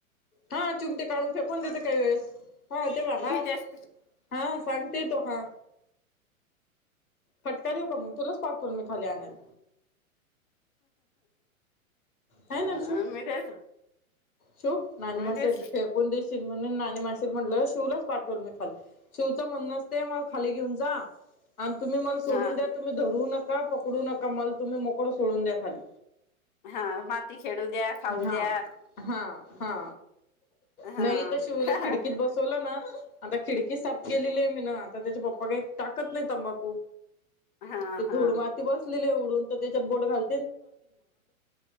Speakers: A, on the left; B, on the left.
A: हा चिमटे काढून फेकून देते काही वेळेस हा तेव्हा हा.
B: मी तेच
A: हा सांगते तो हा. फटका देऊ का मग तुलाच पाठवीण मी खाली आणायला. आहे ना
B: अ
A: शिव
B: मी तेच
A: शिव नाणी
B: मी
A: माशीला
B: तेच
A: फेकून देशील म्हणून नाणी माशीला म्हटल शिवलाच पाठवल मी खाली. शिवचं म्हण असते मला खाली घेऊन जा आणि तुम्ही मला सोडून
B: हा
A: द्या तुम्ही धरू नका पकडू नका मल तुम्ही मोकल सोडून द्या खाली.
B: हा माती खेळूद्या खाऊद्या.
A: हा हा हा.
B: हा
A: नाय हित शिवला
B: हा
A: खिडकीत बसवलं ना आता खिडकी साफ केलेली आय मीन आ ता त्याचे पप्पा काय टाकत नाय तंबाकू
B: हा
A: ते
B: हा
A: धूड मा ते बसलेले उडून तर त्याच्यात बोट घाल